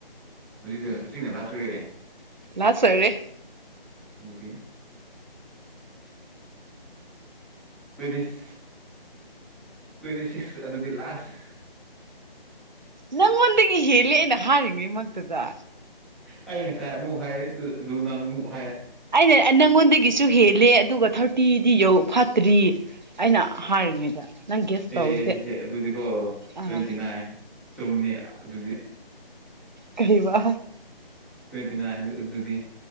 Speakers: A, in the centre; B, on the right.
A: ꯍꯧꯖꯤꯛꯇ ꯍꯧꯖꯤꯛꯅ ꯂꯥꯁ ꯑꯣꯏꯔꯦ
B: ꯂꯥꯁ ꯑꯣꯏꯔꯦ
A: ꯑꯗꯨꯗꯤ ꯇꯣꯏꯅꯤꯁ ꯇ꯭ꯋꯦꯟꯇꯤ ꯁꯤꯛꯁ ꯑꯗꯨꯗꯤ ꯂꯥꯁ
B: ꯅꯪꯉꯣꯟꯗꯒꯤ ꯍꯦꯜꯂꯦ ꯑꯩꯅ ꯍꯥꯏꯔꯤꯉꯩꯃꯛꯇꯗꯥ
A: ꯑꯩ ꯉꯁꯥꯏ ꯑꯃꯨꯛ ꯍꯥꯏ ꯑꯗꯨ ꯑꯗꯨ ꯅꯪ ꯑꯃꯨꯛ ꯍꯥꯏ
B: ꯑꯩꯅ ꯅꯪꯉꯣꯟꯗꯒꯤꯁꯨ ꯍꯦꯜꯂꯦ ꯑꯗꯨꯒ ꯊꯥꯔꯇꯤꯗꯤ ꯌꯧ ꯐꯥꯠꯇ꯭ꯔꯤ ꯑꯩꯅ ꯍꯥꯏꯔꯤꯉꯩꯗ ꯅꯪ ꯒꯦꯁ
A: ꯑꯦ
B: ꯇꯧꯗꯦ
A: ꯗꯤꯁꯦ ꯑꯗꯨꯗꯤꯀꯣ
B: ꯑꯥ
A: ꯇ꯭ꯋꯦꯟꯇꯤ ꯅꯥꯏꯟ ꯆꯨꯝꯅꯤ ꯑꯗꯨꯗꯤ
B: ꯀꯩꯕꯥ
A: ꯇ꯭ꯋꯦꯟꯇꯤ ꯅꯥꯏꯟ ꯑꯗꯨ ꯑꯗꯨꯗꯤ